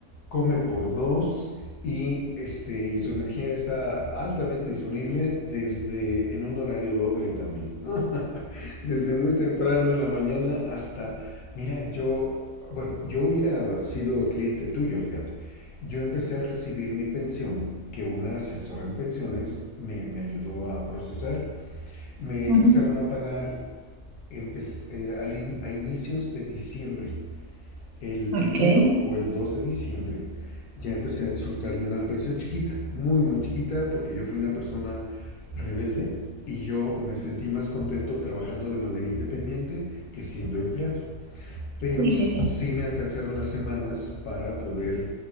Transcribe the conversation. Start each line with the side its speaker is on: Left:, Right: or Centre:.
Left: come por dos y, este, y su energía está altamente disponible desde en un horario doble también, <laughs> desde muy temprano en la mañana hasta, mira, yo, bueno, yo hubiera sido cliente tuyo, fíjate. Yo empecé a recibir mi pensión, que una asesora en pensiones me, me ayudó a procesar. Me
Right: Uh
Left: empezaron
Right: -huh.
Left: a pagar empe- eh, al in- a inicios de diciembre. El primero
Right: Ok.
Left: o el 2 de diciembre ya empecé a disfrutar de una pensión chiquita, muy, muy chiquita, porque yo fui una persona rebelde y yo me sentí más contento trabajando de manera independiente que siendo empleado. Pero
Right: Sí,
Left: sí
Right: sí, sí.
Left: me alcanzaron las semanas para poder,